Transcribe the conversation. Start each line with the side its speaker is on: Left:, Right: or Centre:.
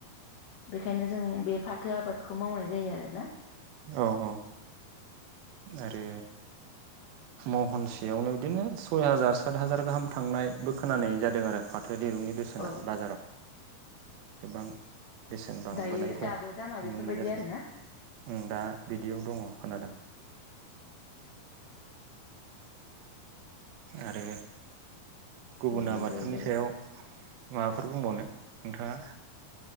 Left: बेखायनो जों बे फाथो आबादखौ मावनाय जायो आरोना।
Right: औ औ आरो महनसेयावनो बिदिनो सय हाजार सात हाजार गाहाम थांनायबो खोनानाय जादों आरो फाथ थो दिरुंनि बेसेना
Left: औ
Right: बाजाराव। गोबां बेसेन बांबोनायखौ
Left: दायो दाबो दामा
Right: नुनो
Left: बेफोरबायदि
Right: मोननाय जादों
Left: आरोना
Right: उम दा बिदियाव दङ खोनादों आरो गुबुन
Left: बेनि
Right: आबादफोरनि
Left: अनगायैबो
Right: सायाव माबाफोर बुंबावनो नोंथाङा